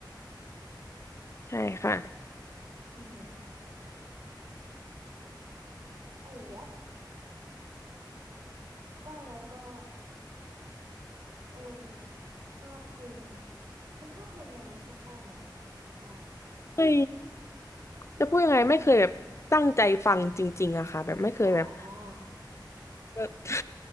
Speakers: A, on the left (about 35°); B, on the right (about 55°).
A: ใช่ค่ะ
B: อืมไอ้ยับว่าแล้วก็เออชอบเพลงคุณชอบเพลงแนวมิวสิคอลไหมอะแบบว่า
A: ไม่จะพูดยังไงไม่เคยแบบตั้งใจฟังจริงๆอะค่ะแบบไม่เคยแบบ
B: อ๋อ
A: เออ <laughs>